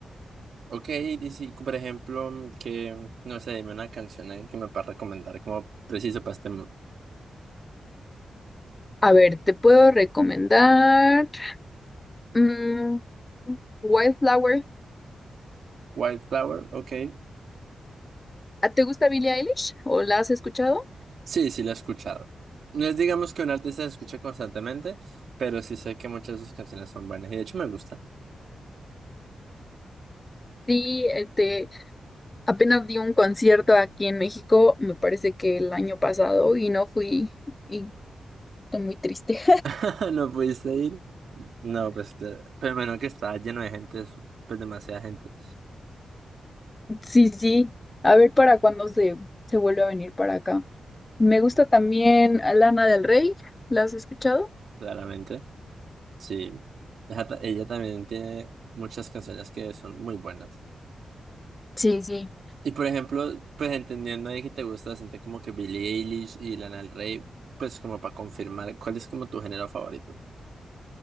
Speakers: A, on the right; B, on the left.
A: ok, y si, por ejemplo, que, no sé, dime una canción ahí que me puedas recomendar como preciso para este mood.
B: A ver, te puedo recomendar mm, Wildflower.
A: White Flower, ok.
B: ¿Ah, ¿Te gusta Billie Eilish o la has escuchado?
A: Sí, sí, la he escuchado. No es digamos que un artista se escuche constantemente, pero sí sé que muchas de sus canciones son buenas y de hecho me gusta.
B: Sí, este, apenas di un concierto aquí en México, me parece que el año pasado y no fui y estoy muy triste.
A: <laughs> No pudiste ir. No, pues, te- pero menos que estaba lleno de gente eso. Pues demasiada gente,
B: Sí, sí, a ver para cuándo se, se vuelve a venir para acá. Me gusta también Lana del Rey, ¿la has escuchado?
A: claramente. Sí. Ella, ta- ella también tiene muchas canciones que son muy buenas.
B: Sí, sí.
A: Y por ejemplo, pues entendiendo ahí que te gusta bastante como que Billie Eilish y Lana Del Rey, pues como para confirmar, ¿cuál es como tu género favorito?